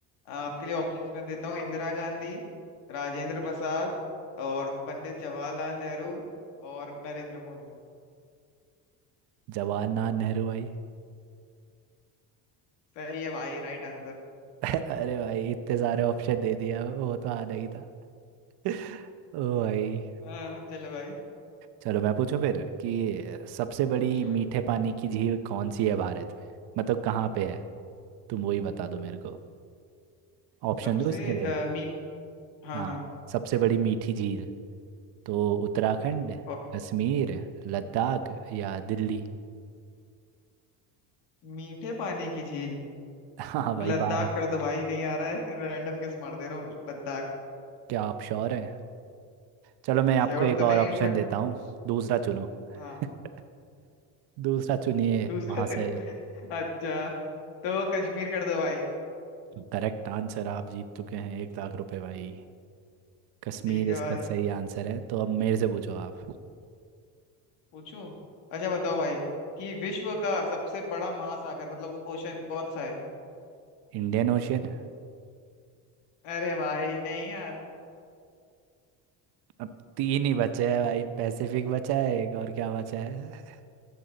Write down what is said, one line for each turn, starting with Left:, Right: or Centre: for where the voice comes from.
Left: आपके लिए ऑप्शंस मैं देता हूँ इंदिरा गांधी राजेंद्र प्रसाद और पंडित जवाहरलाल नेहरू और नरेंद्र मोदी
Right: जवाहरलाल नेहरू भाई
Left: सही है भाई राइट आंसर
Right: <laughs> अरे भाई इतने सारे ऑप्शन दे दिया वो तो आना ही था <laughs> ओ भाई
Left: हाँ चलो भाई
Right: चलो मैं पूछूं फिर कि सबसे बड़ी
Left: पूछो
Right: मीठे
Left: भाई
Right: पानी की झील कौन सी है भारत में मतलब कहाँ पे है तुम वही बता दो मेरे को ऑप्शन
Left: सबसे
Right: दो इसके लिए
Left: अ, मी हाँ
Right: हाँ
Left: हाँ
Right: सबसे बड़ी मीठी झील तो उत्तराखंड
Left: अ,
Right: कश्मीर लद्दाख या दिल्ली
Left: मीठे पानी की झील
Right: हाँ भाई
Left: लद्दाख
Right: भारत
Left: कर दो भाई नहीं आ रहा है <laughs> रैंडम गेस मार दे रहा हूँ लद्दाख
Right: क्या आप श्योर हैं चलो मैं आपको
Left: श्योर
Right: एक
Left: तो
Right: और
Left: नहीं
Right: ऑप्शन
Left: हूँ बट
Right: देता हूँ दूसरा चुनो
Left: हाँ
Right: <laughs> दूसरा चुनिए
Left: दूसरा
Right: वहां
Left: चुनो
Right: से
Left: अच्छा तो कश्मीर कर दो भाई
Right: करेक्ट आंसर आप जीत चुके हैं एक लाख रुपए भाई कश्मीर
Left: ठीक है
Right: इसका
Left: भाई
Right: सही आंसर है तो अब मेरे से पूछो आप
Left: पूछूं अच्छा बताओ भाई कि विश्व का सबसे बड़ा महासागर मतलब ओशन कौन सा है
Right: Indian Ocean
Left: अरे भाई नहीं यार
Right: अब तीन ही बचे हैं भाई पैसिफिक बचा है एक और क्या बचा है